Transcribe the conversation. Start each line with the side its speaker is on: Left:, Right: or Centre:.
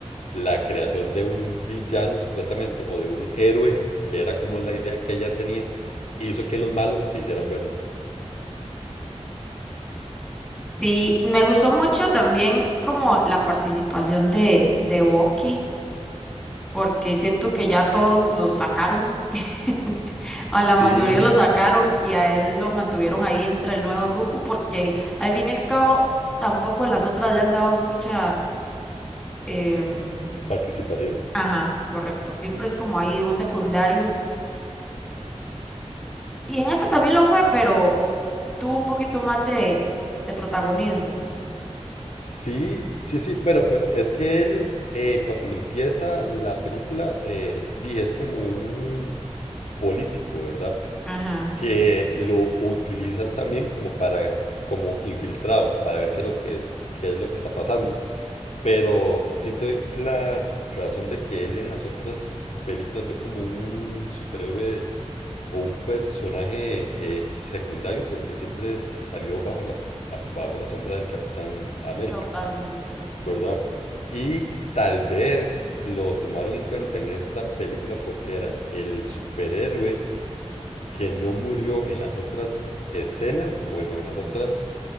Left: la creación de un villano supuestamente, o de un héroe, que era como la idea que ella tenía, hizo que los malos se hicieran buenos.
Centre: Sí, me gustó mucho también como la participación de, de Bucky porque siento que ya todos lo sacaron, <laughs> a
Left: Sí,
Centre: la mayoría lo sacaron y a él lo mantuvieron ahí entre el nuevo grupo porque al fin y al cabo tampoco en las otras le han dado mucha... em,
Left: Participación.
Centre: ajá, correcto, siempre es como ahí un secundario. Y en esta también lo fue, pero tuvo un poquito más de, de protagonismo.
Left: sí, sí, sí. Bueno, pero es que él, eh, cuando empieza la película, eh, di, es como un político, ¿verdad?
Centre: Ajá,
Left: Que lo utilizan también como para, como infiltrado, para ver qué es lo que es, qué es lo que está pasando. Pero sí te doy la razón de que él en las otras películas fue como un superhéroe o un personaje eh, secundario porque siempre salió bajo las, ba- bajo la sombra del Capitán América,
Centre: totalmente.
Left: ¿verdad? Y tal vez lo tomaron en cuenta en esta película porque era el superhéroe que no murió en las otras escenas o en, en las otras